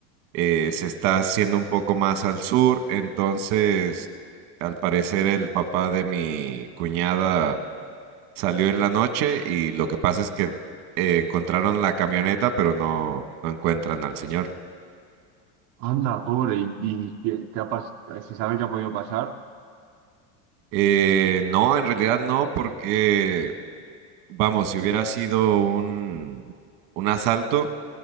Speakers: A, on the right; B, on the right.
A: eh, se está haciendo un poco más al sur. Entonces, al parecer, el papá de mi cuñada Salió en la noche y lo que pasa es que eh, encontraron la camioneta, pero no, no encuentran al señor.
B: Anda, pobre, ¿y, y qué, qué ha pas- ¿Se sabe qué ha podido pasar?
A: Eh, no, en realidad no, porque, vamos, si hubiera sido un, un asalto,